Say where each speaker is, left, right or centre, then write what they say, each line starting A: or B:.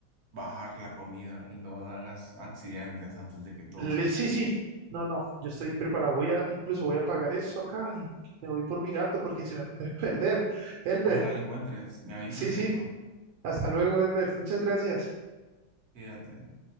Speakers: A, on the right (about 60°); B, on the right (about 80°).
A: bajar la comida y no hagas accidentes antes de que todo
B: Le-
A: suceda.
B: sí, sí, no, no, yo estoy preparado. Voy a, incluso voy a pagar eso acá y me voy por mi gato porque se me puede <laughs> perder. Elber,
A: Ojalá lo encuentres, me avisas
B: sí,
A: si
B: sí,
A: lo encuentras,
B: hasta luego, Elber. Muchas gracias.
A: fíjate.